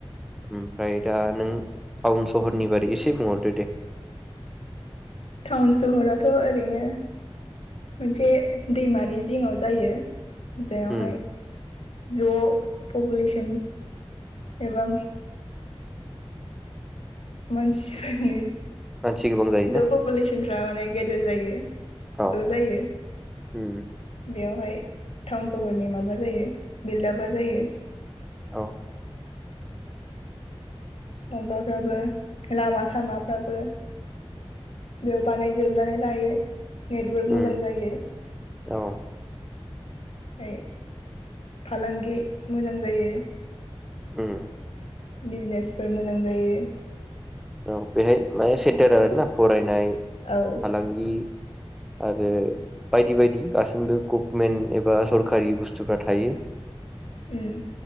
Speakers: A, in the centre; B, on the left.
A: ओमफ्राय दा नों टाउन सहरनि बारै एसे बुंहरदो दे।
B: टाउन सहरावथ ओरैनो मोनसे दैमानि जिङाव जायो। जेरावहाय
A: उम
B: ज पपुलेसन एबा मानसिफोरनि
A: मानसि गोबां जायोना
B: ज पपुलेसनफ्रा माने गेदेर जायो
A: औ
B: ज जायो।
A: उम
B: बेवहाय टाउन सहरनि माबा जायो बिलबा जायो।
A: औ।
B: माबाफ्राबो लामा सामाफ्राबो बेयाव बानाय जोबनानै लायो। नेटवार्क
A: उम
B: मोजां जायो।
A: औ
B: <unintelligible> फालांगि मोजां जायो।
A: उम।
B: बिजनेसफोर मोजां जायो।
A: औ बेहाय माने सेन्टार आरोना फरायनाय
B: औ
A: फालांगि आरो बायदि बायदि गासैबो गभमेन्ट एबा सरखारि बुस्थुफ्रा थायो।
B: उम।